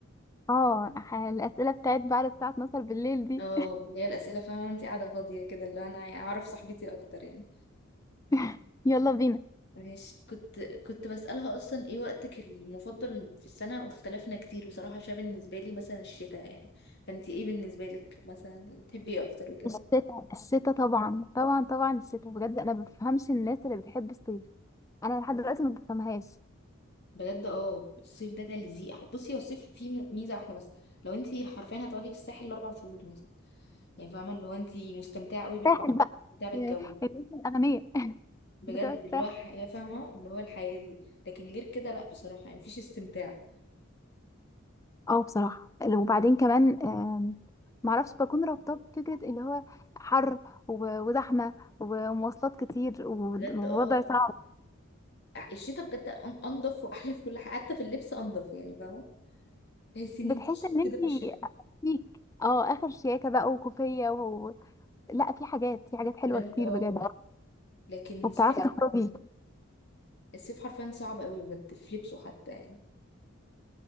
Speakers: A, on the left; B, on the left.
A: اه ح- الأسئلة بتاعت بعد الساعة 12 بالليل دي
B: اه اللي هي الاسئلة فاهمة انت قاعدة فاضية كده اللي انا اعرف صاحبتي اكتر يعني
A: <laughs> يلا بينا
B: ماشي كنت كنت بسألها أصلا إيه وقتك المفضل في السنة واختلفنا كتير بصراحة عشان بالنسبة لي مثلا الشتاء يعني فأنتي إيه بالنسبة لك مثلا تحبي إيه أكتر وكده
A: الشتاء الشتاء طبعا طبعا طبعا الشتاء بجد انا ما بفهمش الناس اللي بتحب الصيف انا لحد دلوقتي ما بفهمهاش
B: بجد اه الصيف ده تلزيق بصي هو الصيف فيه م- ميزه واحده بس لو انت حرفيا هتقعدي في الساحل الاربع شهور مثلا يعني فاهمه اللي هو انت مستمتعه قوي بالبحر
A: ساحل بقى
B: مستمتعه
A: آه،
B: بالجو
A: الناس الاغنياء <laughs>
B: بجد
A: بتوع الساحل
B: اللي هو حياه فاهمه اللي هو الحياه دي لكن غير كده لا بصراحه يعني مفيش استمتاع
A: اه بصراحة وبعدين كمان آم، معرفش بكون رابطة بفكرة اللي هو حر و- وزحمة ومواصلات كتير و-
B: بجد
A: ووضع
B: اه
A: صعب
B: الشتاء بجد أن- انضف واحلى في كل حاجه حتى في اللبس انضف يعني فاهمه تحسي ان
A: بتحس
B: انت شيك
A: ان
B: كده
A: انتي
B: في الشتاء
A: فيك اه اخر شياكة بقى وكوفية لا في حاجات في حاجات حلوة
B: بجد
A: كتير
B: اه
A: بجد
B: لكن
A: وبتعرفي
B: الصيف
A: بجد تخرجي
B: الصيف حرفيا صعب قوي بجد في لبسه حتى يعني